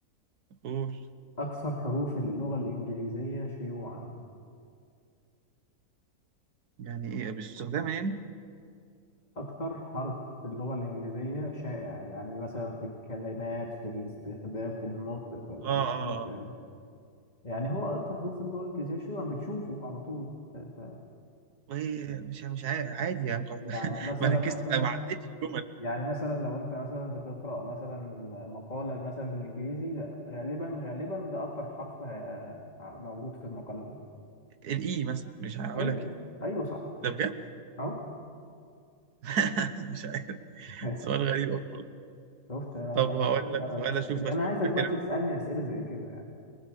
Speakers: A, on the right (about 80°); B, on the left (about 25°).
A: قول
B: أكثر حروف اللغة الإنجليزية شيوعا
A: يعني ايه باستخدامها يعني
B: أكثر حرف في اللغة الإنجليزية شائع يعني مثلا في الكلمات في الاستخدام في النطق في
A: اه اه
B: مش في النطق
A: اه
B: يعني يعني هو أكثر حروف في اللغة الإنجليزية شيوعا بتشوفه على طول ف... ف...
A: وهي مش مش عا- عادي يعني <laughs>
B: يعني مثلا
A: ما ركزت
B: مثلا
A: ما عدتش الجمل
B: يعني مثلا لو أنت مثلا بتقرأ مثلا مقالة مثلا بالإنجليزي ده غالبا غالبا ده أكثر حرف آه، موجود في المقالة دي
A: الاي مثلا مش هقول
B: أيوه
A: لك ايه
B: ايوه صح
A: ده بجد
B: اهو
A: <laughs> مش عارف
B: <laughs> ماشي
A: سؤال غريب أوي والله.
B: شفت بقى
A: طب هقول
B: أحب
A: لك
B: على الأسئلة
A: سؤال اشوف
B: دي
A: اشوف
B: أنا عايزك
A: فاكر
B: بقى تسألني أسئلة زي كده يعني